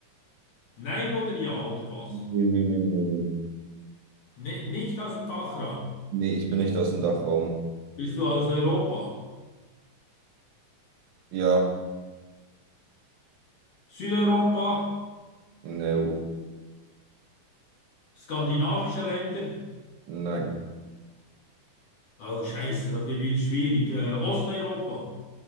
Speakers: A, on the left (about 55°); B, on the right (about 85°).
A: Nein oder ja oder was?
B: Nee, nee, nee, nee, nee.
A: Ne, nicht aus dem Dachraum.
B: Nee, ich bin nicht aus dem Dachraum.
A: Bist du aus Europa?
B: Ja.
A: Südeuropa?
B: No.
A: Skandinavische Länder?
B: Nein.
A: Oh, Scheiße, das wird wieder schwierig. Äh, Osteuropa?